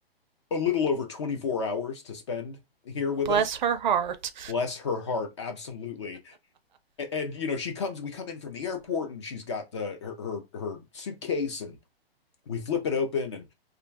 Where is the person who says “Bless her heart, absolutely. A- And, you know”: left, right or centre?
Left